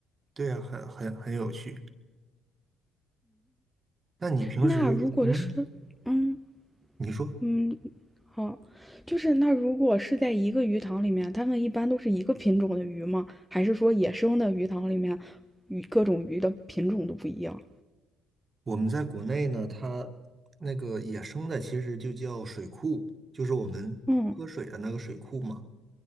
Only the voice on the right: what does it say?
对呀，很很很有趣。那你平时也，
嗯，
你说。
我们在国内呢，它那个野生的其实就叫水库，就是我们喝水的那个水库嘛。